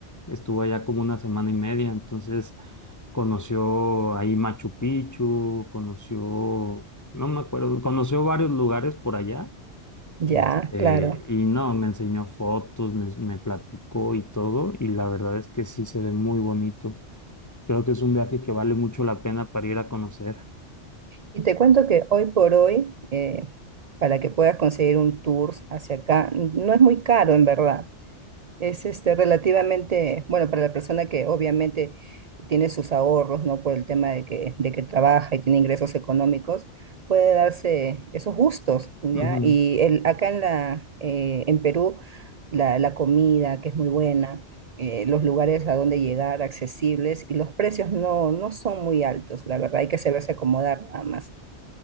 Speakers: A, on the left; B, on the right.
A: Estuvo allá como una semana y media, entonces conoció ahí Machu Picchu, conoció, no me acuerdo, conoció varios lugares por allá.
B: Ya,
A: Este,
B: claro.
A: y no, me enseñó fotos, me, me platicó y todo, y la verdad es que sí se ve muy bonito. Creo que es un viaje que vale mucho la pena para ir a conocer.
B: Y te cuento que hoy por hoy, eh, para que puedas conseguir un tour hacia acá, no es muy caro en verdad. Es este, relativamente, bueno, para la persona que obviamente tiene sus ahorros, ¿no? Por el tema de que, de que trabaja y tiene ingresos económicos, puede darse esos gustos, ¿ya?
A: Ujú.
B: Y el, acá en la, eh, en Perú, la, la comida, que es muy buena, eh, los lugares a donde llegar accesibles y los precios no, no son muy altos, la verdad, hay que saberse acomodar nada más.